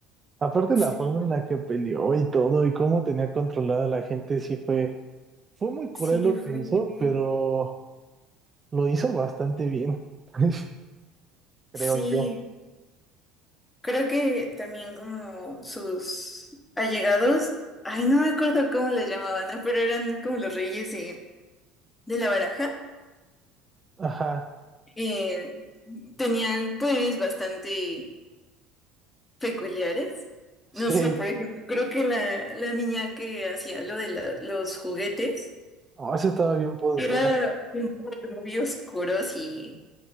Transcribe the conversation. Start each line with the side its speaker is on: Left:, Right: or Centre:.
Right: Aparte
Left: Sí,
Right: la forma en la que peleó y todo y cómo tenía controlada a la gente, sí fue Fue muy cruel
Left: sí,
Right: lo
Left: fue...
Right: que hizo, pero lo hizo bastante bien, <laughs> creo
Left: Sí,
Right: yo.
Left: creo que también como sus allegados, ay, no me acuerdo cómo les llamaban, ¿no? Pero eran como los reyes de, de la baraja.
Right: Ajá,
Left: eh, tenían poderes bastante... peculiares. No
Right: sí,
Left: sé, por ejemplo, creo que la, la niña que hacía lo de la- los juguetes
Right: no, esa estaba bien poderosa.
Left: era un poco muy oscuro y,